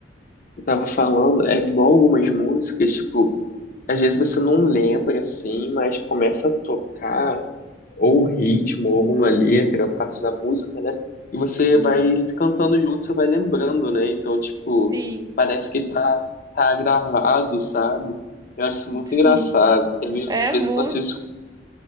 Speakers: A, on the left; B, on the right.
A: eu tava falando, é igual algumas músicas, tipo, às vezes você não lembra assim, mas começa a tocar ou o ritmo, ou alguma letra, parte da música, né? E você
B: Uhum.
A: vai cantando junto, você vai lembrando, né? Então, tipo,
B: Sim,
A: parece que tá, tá gravado, sabe? Eu acho isso
B: <laughs>
A: muito
B: sim.
A: engraçado. Teve
B: É
A: umas vezes
B: muito.
A: que aconteceu isso.